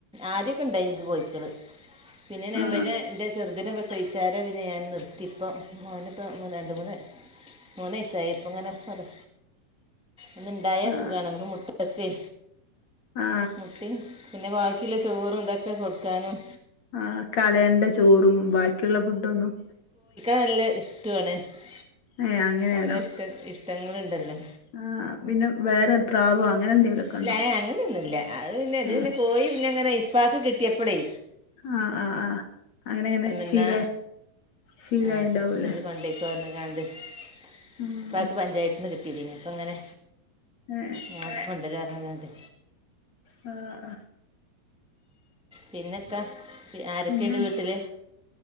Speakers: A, in the centre; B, on the left.
A: ആദ്യക്കെ ഇണ്ടാനി നിക്ക് കോയിക്കള് പിന്നെ <unintelligible>
B: ആ
A: എന്റെ ചെറുതിനെ പ്രസവിച്ചാരെ ഞാൻ നിർത്തി ഇപ്പം മോന് ഇപ്പ രണ്ട് മൂന്ന് മൂന്ന് വയസ്സായി ലൈഫ് ങ്ങനെ ഒരു ഒന്ന്ണ്ടായാ
B: ആ
A: സുഖ നമുക്ക് മുട്ടകൊക്കെ
B: ആ
A: മുട്ടയും പിന്നെ ബാക്കിള്ള ചോറും ഇതൊക്കെ കൊടുക്കാനും
B: ആ കളയണ്ട ചോറും ബാക്കിയുള്ള ഫുഡൊന്നും
A: നല്ലെ <unintelligible> <unintelligible>
B: ഏ അങ്ങനെയാണോ
A: ഓരോ ഇഷ്ട ഇഷ്ടങ്ങളുണ്ടല്ലോ
B: ആ പിന്നെ വേറെ പ്രാവോ അങ്ങനെ എന്തെങ്കിലുമൊക്കെ
A: ഇല്ല്യ
B: ഉണ്ടോ
A: ഏ എ അങ്ങനൊന്നുല്ല്യ അത് പിന്നെ ഇത്
B: ഏ
A: പിന്നെ കോയി പിന്നെ ങ്ങനെ ഇപ്പാക് കിട്ടിയപ്പഴേ
B: ആ ആ ആ അങ്ങനെ ങ്ങനെ ശീല
A: എന്നാ
B: ശീലായിണ്ടാവൂല്ലേ
A: ആ എന്നാ <unintelligible>
B: ഉം
A: ഇപ്പാക്ക് പഞ്ചായത്തിന്ന് കിട്ടീത് എനി അപ്പങ്ങനെ
B: ഏ
A: ഞാൻ കൊണ്ടാരാന്ന്റ്ഞ്ഞ്കണ്ട്
B: ആ ആ
A: പിന്നെത്താ ആരൊക്കെയുണ്ട്
B: പിന്നെ <inaudible>
A: വീട്ടില്